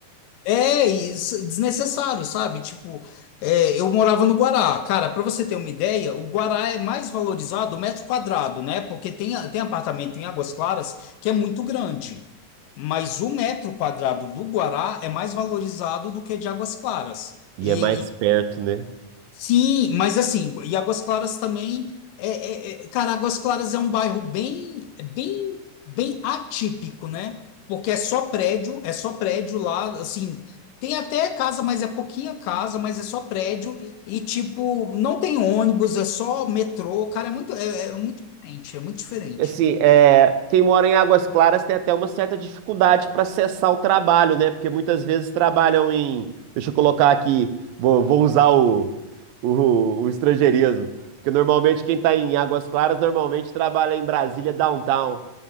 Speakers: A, on the left; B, on the right.
A: É isso, desnecessário, sabe? Tipo, é, eu morava no Guará. Cara, para você ter uma ideia, o Guará é mais valorizado o metro quadrado, né? Porque tem, a- tem apartamento em Águas Claras que é muito grande. Mas o metro quadrado do Guará é mais valorizado do que de Águas Claras.
B: E
A: E,
B: é mais perto, né?
A: Sim, mas assim, e Águas Claras também é, é- é- cara, Águas Claras é um bairro bem, bem, bem atípico, né? Porque é só prédio, é só prédio lá, assim, tem até casa, mas é pouquinha casa, mas é só prédio e tipo, não tem ônibus, é só metrô, cara, é muito, é, é muito diferente, é muito diferente.
B: Assim, é, quem mora em Águas Claras tem até uma certa dificuldade para acessar o trabalho, né? Porque muitas vezes trabalham em. Deixa eu colocar aqui, vou, vou usar o, o, o estrangeirismo. Porque normalmente quem está em Águas Claras normalmente trabalha em Brasília downtown.